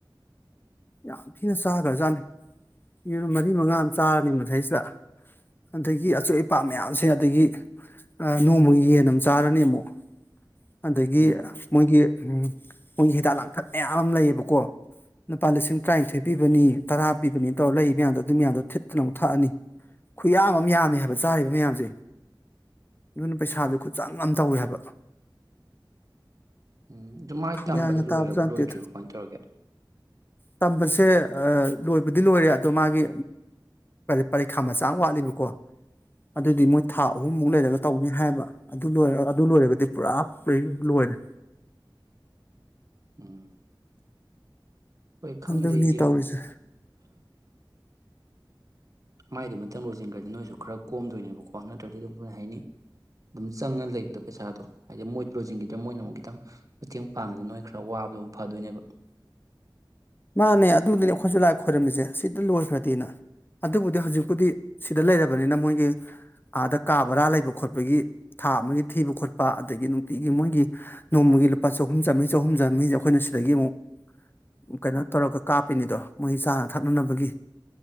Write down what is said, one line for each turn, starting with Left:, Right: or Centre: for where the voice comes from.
Left: ꯌꯥꯝ ꯊꯤꯅ ꯆꯥꯈ꯭ꯔꯖꯥꯠꯅꯤ ꯌꯦꯔ ꯃꯔꯤ
Right: ꯎꯝ
Left: ꯃꯉꯥ ꯆꯥꯔꯅꯤ ꯃꯩꯁꯤꯗ ꯑꯗꯒꯤ ꯑꯆꯣꯏ ꯑꯄꯥ ꯃꯌꯥꯝꯁꯦ ꯑꯗꯒꯤ ꯅꯣꯡꯃꯒꯤ ꯌꯦꯟ ꯑꯃ ꯆꯥꯔꯅꯤ ꯑꯃꯨꯛ ꯑꯗꯒꯤ
Right: ꯎꯝ
Left: ꯃꯣꯏꯒꯤ ꯃꯣꯏꯒꯤ ꯍꯤꯗꯥꯛ ꯂꯥꯡꯊꯛ ꯃꯌꯥꯝ ꯑꯃ ꯂꯩꯌꯦꯕꯀꯣ ꯂꯨꯄꯥ ꯂꯤꯁꯤꯡ ꯇꯔꯥꯅꯤꯊꯣꯏ ꯄꯤꯕꯅꯤ ꯇꯔꯥ ꯄꯤꯕꯅꯤꯅ ꯇꯧꯔ ꯂꯩ ꯃꯌꯥꯝꯗꯣ ꯑꯗꯨ ꯃꯌꯥꯝꯗꯣ ꯊꯤꯠ ꯀꯩꯅꯣꯝꯛ ꯊꯛꯑꯅꯤ ꯈꯨꯌꯥ ꯑꯃ ꯌꯥꯝꯃꯦ ꯍꯥꯏꯕ ꯆꯥꯔꯤꯕ ꯃꯌꯥꯝꯁꯦ ꯅꯣꯏꯅ ꯄꯩꯁꯥꯥꯁꯦ ꯈꯨꯠꯆꯥꯡ ꯌꯥꯝ ꯇꯧꯋꯦ ꯍꯥꯏꯕ
Right: ꯎꯝ ꯑꯗꯨ ꯃꯥꯏꯅ ꯇꯝꯕꯗꯤ
Left: ꯒ꯭ꯌꯥꯟꯒ
Right: ꯂꯣꯏꯈ꯭ꯔꯕꯣ
Left: ꯇꯥꯕꯖꯥꯠ ꯅꯠꯇꯦꯗ
Right: ꯂꯣꯏꯗ꯭ꯔꯤꯕꯣ ꯀꯃꯥꯏꯅ ꯇꯧꯔꯒꯦ
Left: ꯇꯝꯕꯁꯦ ꯂꯣꯏꯕꯗꯤ ꯂꯣꯏꯔꯦ ꯑꯗꯣ ꯃꯥꯒꯤ ꯄꯔꯤꯈꯥ ꯃꯆꯥ ꯋꯥꯠꯂꯤꯕꯀꯣ ꯑꯗꯨꯗꯤ ꯃꯣꯏ ꯊꯥ ꯑꯍꯨꯝꯃꯨꯛ ꯂꯩꯔꯒ ꯇꯧꯅꯤ ꯍꯥꯏꯕ ꯑꯗꯨ ꯂꯣꯏꯔ ꯑꯗꯨ ꯂꯣꯏꯔꯒꯗꯤ ꯄꯨꯔꯥ ꯂꯣꯏꯔꯦ
Right: ꯎꯝ ꯑꯩꯣꯏ ꯈꯪꯗꯦ
Left: ꯑꯗꯨꯅꯤ
Right: ꯌꯦꯡꯉꯣ
Left: ꯇꯧꯔꯤꯁꯦ
Right: ꯃꯥꯏꯗꯨꯃꯇꯪ ꯂꯣꯏꯁꯤꯟꯈ꯭ꯔꯗꯤ ꯅꯣꯏꯁꯨ ꯈꯔ ꯀꯣꯝꯗꯣꯏꯅꯦꯕꯀꯣ ꯅꯠꯇ꯭ꯔꯒꯗꯤ ꯑꯗꯨꯝ ꯀꯔꯤ ꯍꯥꯏꯅꯤꯩ ꯑꯗꯨꯝ ꯆꯪꯉ ꯂꯩꯕꯗꯣ ꯄꯩꯁꯥꯗꯣ ꯍꯥꯏꯗꯤ ꯃꯣꯏ ꯂꯣꯏꯟꯈꯤꯗ꯭ꯔꯥ ꯃꯣꯏꯅ ꯑꯃꯨꯛ ꯈꯤꯇꯪ ꯃꯇꯦꯡ ꯄꯥꯡꯉꯗꯤ ꯅꯣꯏ ꯈꯔ ꯋꯥꯕꯗꯣꯝ ꯐꯗꯣꯏꯅꯦꯕ
Left: ꯃꯥꯅꯦ ꯑꯗꯨꯗꯨꯅꯦ ꯑꯩꯈꯣꯏꯁꯨ ꯂꯥꯏ ꯈꯣꯏꯔꯝꯃꯤꯁꯦ ꯁꯤꯗ ꯂꯣꯏꯈ꯭ꯔꯗꯤꯅ꯫ ꯑꯗꯨꯕꯨꯗꯤ ꯍꯧꯖꯤꯛꯄꯨꯗꯤ ꯁꯤꯗ ꯂꯩꯔꯕꯅꯤꯅ ꯃꯣꯏꯒꯤ ꯑꯥꯗ ꯀꯥ ꯕꯔꯥ ꯂꯩꯕ ꯈꯣꯠꯄꯒꯤ ꯊꯥ ꯑꯃꯒꯤ ꯊꯤꯕ ꯈꯣꯠꯄ ꯑꯗꯒꯤ ꯅꯨꯡꯇꯤꯒꯤ ꯃꯣꯏꯒꯤ ꯅꯣꯡꯃꯒꯤ ꯂꯨꯄꯥ ꯆꯍꯨꯝ ꯆꯥꯝꯃꯔꯤ ꯆꯍꯨꯝ ꯆꯥꯝꯅꯤꯁꯦ ꯑꯩꯈꯣꯏꯅ ꯁꯤꯗꯒꯤ ꯑꯃꯨꯛ ꯀꯩꯅꯣ ꯇꯧꯔꯒ ꯀꯥꯞꯄꯤꯅꯤꯗꯣ ꯃꯣꯏ ꯆꯥꯅ ꯊꯛꯅꯅꯕꯒꯤ